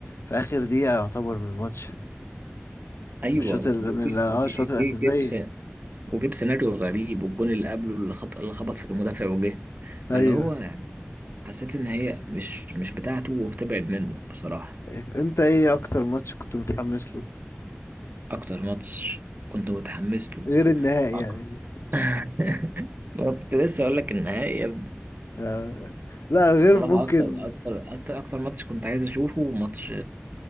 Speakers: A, on the left; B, on the right.
A: في اخر دقيقة يعتبر من الماتش
B: أيوه
A: مش الشوط ال-
B: وجي-
A: من ال- اه
B: وجي-
A: الشوط الاساسية
B: جيب س- وجيب سيناريو غريب والجون اللي قبله اللي خبط اللي خبط في المدافع وجه فاللي
A: ايوه
B: هو يعني حسيت إن هي مش مش بتاعته وبتبعد منه بصراحة
A: أيوة. انت ايه اكتر ماتش كنت متحمس له
B: أكتر ماتش كنت متحمس له
A: غير النهائي
B: أكتر
A: يعني
B: <laughs> أنا كنت لسه أقول لك النهائي يا ابني.
A: آه، لا غير
B: بصراحة
A: ممكن
B: أكتر أكتر أكتر أكتر ماتش كنت عايز أشوفه ماتش